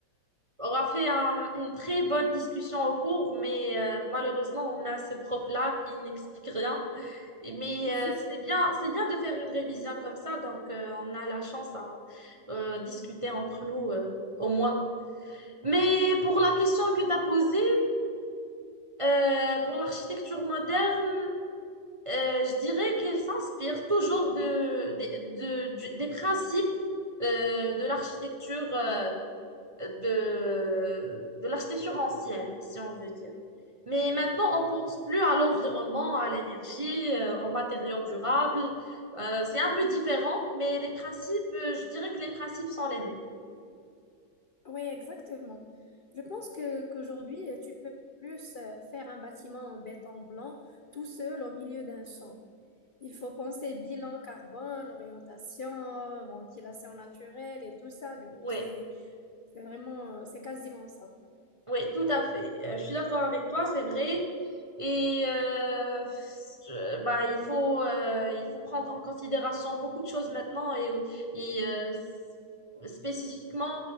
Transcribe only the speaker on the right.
aura fait un- une très bonne discussion au cours, mais euh, malheureusement, on a ce prof-là qui n'explique rien. Et- Mais
euh, c'est bien, c'est bien de faire une révision comme ça, donc euh, on a la chance à euh, discuter entre nous euh, au moins. Mais pour la question que tu as posée, euh, pour l'architecture moderne, Euh, je dirais qu'elle s'inspire toujours de, des- de- du- des principes euh, de l'architecture euh, de, de l'architecture ancienne, si on veut dire. Mais maintenant, on pense plus à l'environnement, à l'énergie, euh, aux matériaux durables. Euh, c'est un peu différent, mais les principes, euh, je dirais que les principes sont les mêmes.
Oui.
Oui, tout à fait. Euh, je suis d'accord avec toi, c'est vrai. Et euh, je- bah, il faut, euh, il faut prendre en considération beaucoup de choses maintenant et, et, euh, s- spécifiquement